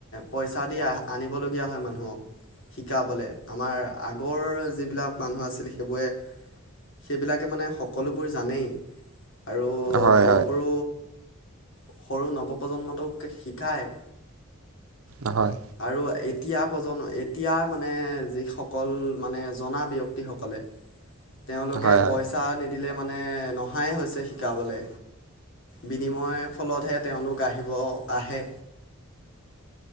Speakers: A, on the left; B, on the right.
A: পইছা দি আহ আনিব লগীয়া হয় মানুহক। শিকাবলে, আমাৰ আগৰ যিবিলাক মানুহ আছিল সেইবোৰে, সেইবিলাকে মানে সকলোবোৰ জানেই। আৰু
B: হয়
A: সৰু
B: হয়
A: সৰু সৰু নৱ প্ৰজন্মটোক শিকাই।
B: অ হয়।
A: আৰু এতিয়া প্ৰজন এতিয়া মানে যিসকল মানে জনা ব্যক্তিসকলে। তেওঁলোকে
B: হয় হয়
A: পইছা নিদিলে মানে নহাই হৈছে শিকাবলে। বিনিময় ফলতহে তেওঁলোক আহিব আহে।